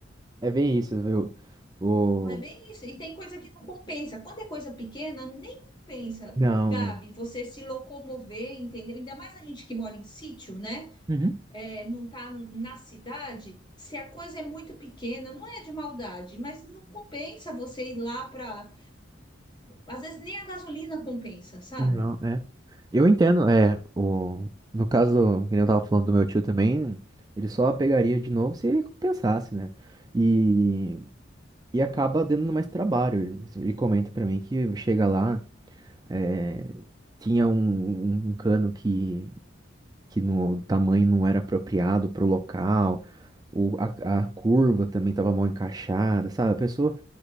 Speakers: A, on the right; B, on the left.
A: É bem isso, viu? O...
B: Não é bem isso. E tem coisa que não compensa. Quando é coisa pequena, nem compensa,
A: Não,
B: Gabi, você se locomover, entendeu? Ainda mais a gente que mora em sítio, né?
A: não.
B: é, não está na cidade, se a coisa é muito pequena, não é de maldade, mas não compensa você ir lá para. às vezes nem a gasolina compensa, sabe?
A: Não, é. Eu entendo, é, o... No caso, que nem eu tava falando do meu tio também, ele só pegaria de novo se ele compensasse, né? E, e acaba dando mais trabalho. Ele, ele comenta pra mim que chega lá, é, tinha um, um- um cano que, que no tamanho não era apropriado pro local, o, a, a curva também tava mal encaixada, sabe? A pessoa,